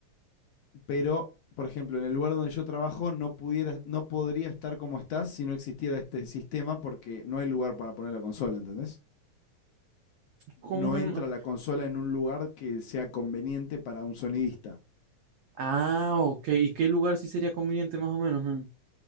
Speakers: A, on the left; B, on the right.
A: Pero, por ejemplo, en el lugar donde yo trabajo no pudiera, no podría estar como estás si no existiera este sistema porque no hay lugar para poner la consola, ¿entendés?
B: ¿Cómo
A: No
B: que
A: entra
B: no?
A: la consola en un lugar que sea conveniente para un sonidista.
B: Ah, ok. ¿Y qué lugar sí sería conveniente más o menos, men?